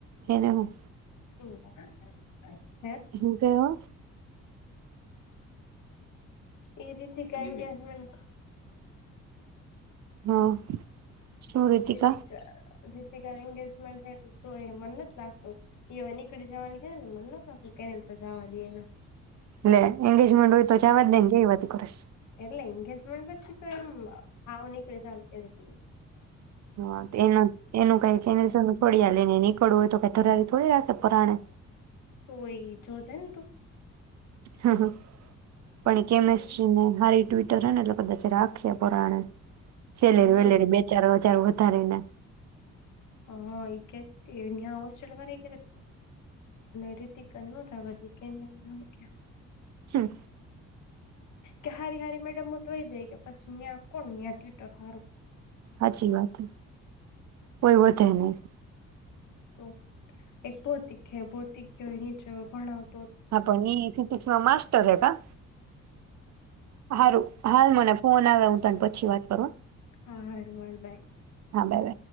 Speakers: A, on the right (about 65°); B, on the left (about 75°).
A: એને હું?
B: <inaudible>
A: હું કયો હો?
B: એ રીતે કે એન્ંગેજમેન્ટ
A: હા શું રીતિકા
B: રીતિક રી એેજમેન્ટ તો મન નથી લાગતું એ હવે નીકળી જવાની ને મન નથી લાગતું કેને સજાવા દેએ એના.
A: એલે એંગેજમેન્ટ હોય તો છેવાજ ને કેત કરે?
B: એટલે એંગેજમેન્ટ પછી તો એમ હાવનીક ર હતી.
A: હા એના એનું ક કે એને થોડી દ ને નીકળવું હોય તો કેરી થોડી રાખે પરાણે.
B: તોય જોજેમ તું
A: હા હા. પણ કેમેિસ્ટ્રી
B: એમ
A: ને હારી ટ્ બતા છે રાક્ષી પોરાનું. સેલેરી
B: હમ
A: વેલેરી બે ચારોચારો ધારીને
B: હા એ કે હોસ્ટેલ વાળ કે રીતિક ન જવા દ <unintelligible>
A: હમ.
B: કે હારી હારી મેડમ હું તોય જઈ કે પછી. તયા કોણયા ટ્વવીટર હારુ.
A: સાચી વાત, કોઈ વધે નહ.
B: તો એક ભૌતિક-ભૌતિક નીચ ભણાવ
A: હા પણ ઈ ફિઝિક્સ માં મા સ્ટર હે કા સારું હાલ મને ફોન આવે હ પછી વાત કરો આ.
B: હારૂ હારુ બાય.
A: Bye by